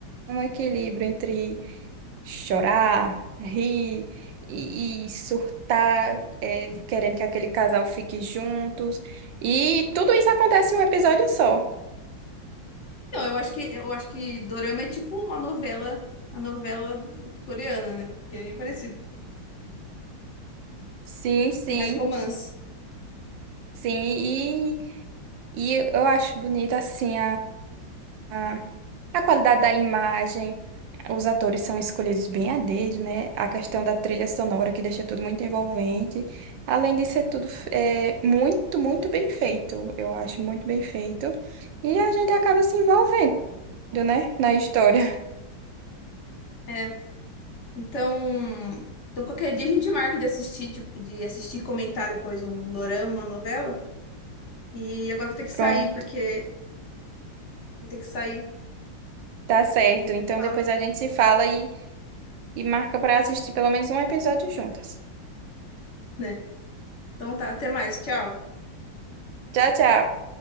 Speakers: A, on the right; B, on the left.
A: um equilíbrio entre chorar, rir e, e surtar, é, querendo que aquele casal fique juntos. E tudo isso acontece em um episódio só.
B: Não, eu acho que, eu acho que Dorama é tipo uma novela, a novela coreana, né, porque é bem parecido,
A: Sim,
B: tipo,
A: sim,
B: tem mais romance.
A: sim. E, e eu acho bonita, assim, a, a qualidade da imagem, os atores são escolhidos bem a dedo, né? A questão da trilha sonora que deixa tudo muito envolvente. Além de ser tudo é, muito, muito bem feito, eu acho muito bem feito. E a gente acaba se envolvendo, né? Na história.
B: É, então, então qualquer dia a gente marca de assistir, tipo, de assistir e comentar depois um Dorama, uma novela, e agora eu vou ter que
A: <laughs>
B: sair,
A: Pronto,
B: porque vou ter que sair.
A: tá certo.
B: E
A: Então
B: fala.
A: depois a gente se fala e, e marca para assistir pelo menos um episódio juntas.
B: né? Então tá, até mais, tchau.
A: Tchau, tchau.